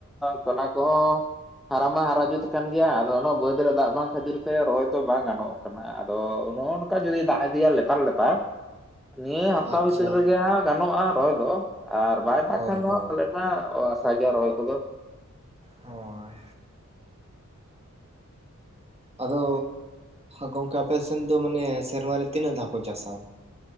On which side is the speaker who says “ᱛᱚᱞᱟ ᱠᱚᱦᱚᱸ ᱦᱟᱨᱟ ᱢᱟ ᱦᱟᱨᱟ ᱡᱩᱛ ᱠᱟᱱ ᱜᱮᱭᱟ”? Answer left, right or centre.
Centre